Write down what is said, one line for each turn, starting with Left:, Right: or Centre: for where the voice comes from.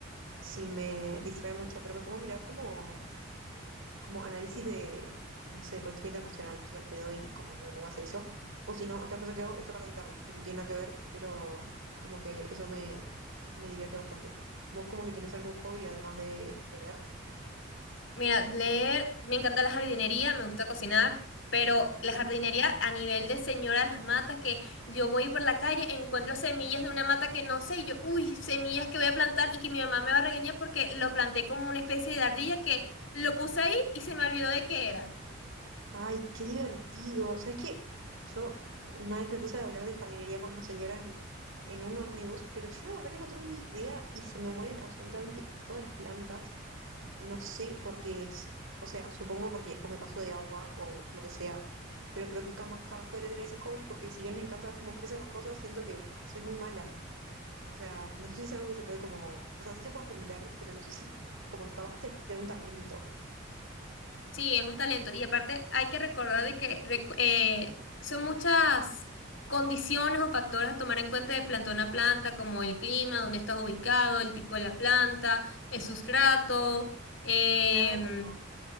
Right: si me distrae mucho, pero me pongo a mirar como como análisis de, no sé, política emocional estoy al pedo y como me pongo a hacer eso. O si no, otra cosa que hago es tocar la guitarra, que no tiene nada que ver, pero como que eso me, me divierte bastante. ¿Vos como que tenés algún hobby además de, de leer?
Left: Mira, leer, me encanta la jardinería, me gusta cocinar, pero la
Right: Mm.
Left: jardinería a nivel de señora las matas, que yo voy por la calle, encuentro semillas de una mata que no sé, y yo, uy, semillas que voy a plantar y que mi mamá me va a regañar porque lo planté como una especie de ardilla que lo puse ahí y se me olvidó de qué era.
Right: Ay, qué divertido. ¿Sabes qué? Yo una vez me puse a hablar de jardinería con una señora en, en un ómnibus, pero yo la verdad que no tengo ni idea y se me mueren absolutamente todas las plantas. No sé por qué es. O sea, supongo porque o me paso de agua o lo que sea. Pero creo que jamás, jamás podría tener ese hobby porque si bien me encanta ver cómo crecen las cosas, siento que soy muy mala. O sea, no sé si es algo que se puede como... O sea, sí se puede aprender, pero no sé si... Como que capaz que tenés que tener un talento.
Left: Sí, es un talento. Y aparte hay que recordar de que recu- eh, son muchas condiciones o factores a tomar en cuenta de plantón a planta, como el clima, dónde estás ubicado, el tipo de la planta, el sustrato, eh,
Right: Claro.